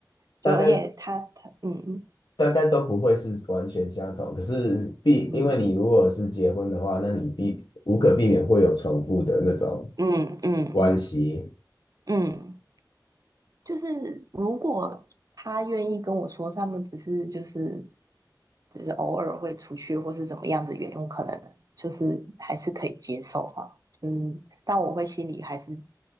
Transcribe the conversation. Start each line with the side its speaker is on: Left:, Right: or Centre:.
Right: 就而且他他嗯
Left: 大概大概都不会是完全相同，可是必，
Right: 嗯
Left: 因为你如果是结婚的话，那你必无可避免会有重复的那种
Right: 嗯嗯嗯，
Left: 关系。
Right: 嗯就是如果他愿意跟我说，他们只是就是就是偶尔会出去，或是怎么样的原因，我可能就是还是可以接受吧。嗯，但我会心里还是